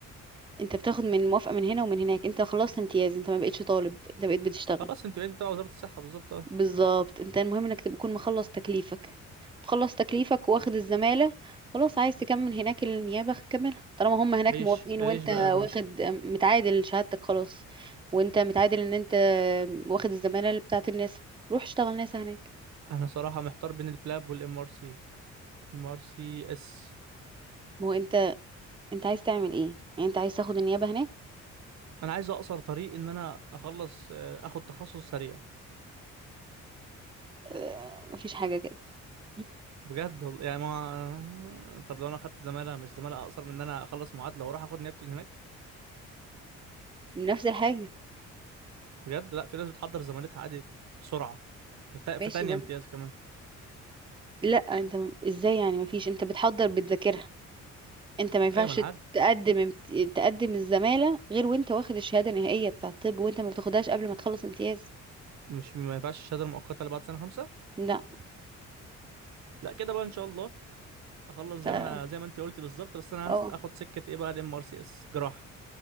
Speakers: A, on the right (about 15°); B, on the right (about 65°).
A: انت بتاخد من موافقة من هنا ومن هناك انت خلصت امتياز انت ما بقتش طالب انت بقيت بتشتغل
B: خلاص انت بقيتي تبع وزارة الصحة بالظبط اه
A: بالظبط انت المهم انك تكون مخلص تكليفك مخلص تكليفك واخد الزمالة خلاص عايز تكمل هناك النيابة كملها طالما هم هناك
B: عيش
A: موافقين
B: عيش
A: وانت
B: بقى
A: واخد
B: يا باشا
A: متعادل شهادتك خلاص وانت متعادل ان انت واخد الزمالة اللي بتاعت الناس روح اشتغل ناسا هناك
B: انا صراحة محتار بين البلاب والام ار سي ام ار سي اس
A: ما هو انت انت عايز تعمل ايه يعني انت عايز تاخد النيابة هناك
B: انا عايز اقصر طريق ان انا اخلص آه، اخد تخصص سريع
A: اه، مفيش حاجة كده <laughs>
B: بجد والله يعني ما طب لو انا خدت زمالة مش زمالة اقصر من ان انا اخلص معادلة واروح اخد نيابتي من هناك
A: نفس الحاجة
B: بجد لا في ناس بتحضر زمالتها عادي ف- بسرعة في, تا...
A: ماشي
B: في تانية
A: بس
B: امتياز كمان
A: لا انت م- ازاي يعني مفيش انت بتحضر بتذاكرها انت ما ينفعش
B: ايوه ما انا عارف
A: تقدم امت- تقدم الزمالة غير وانت واخد الشهادة النهائية بتاع الطب وانت ما بتاخدهاش قبل ما تخلص امتياز
B: مش ما ينفعش الشهادة المؤقتة اللي بعد سنة خمسة
A: لا
B: لا كده بقى ان شاء الله اخلص
A: ف
B: زي ما انا زي ما انت قلتي بالظبط بس انا
A: اه
B: هس- اخد سكة ايه بقى الام ار سي اس جراحة